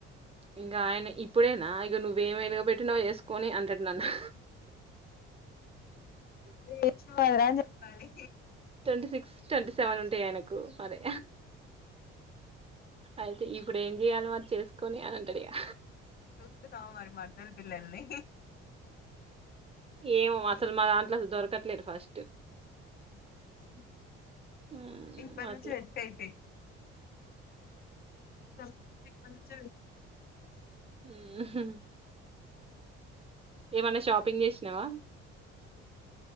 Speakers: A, on the right; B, on the left.
A: ఇంకా ఆయన ఇప్పుడేనా ఇక నువ్వేం వేలగబట్టినవ్ నువ్వు చేసుకొని అంటడు నన్ను
B: నువ్వు ఏడిచినావ్ కదరా అని చెప్పాలి
A: ట్వంటీ సిక్స్ ట్వంటీ సెవెన్ ఉంటాయి ఆయనకు మరె అయితే ఇప్పుడు ఏం చేయలి మరి చేసుకొని అని అంటాడు ఇక
B: సో వా <unintelligible> రి మదర్ పిల్లల్ని
A: ఏమో మా అసలు మా దాంట్లో అసలు దొరకట్లేదు ఫస్ట్
B: హ
A: హ్మ్.
B: ఇప్ప
A: అట్లా.
B: నుంచి వెతుకుఅయితే సగకుటి పంచ
A: హ్మ్మ్ ఏమన్నా షాపింగ్ చేసినావా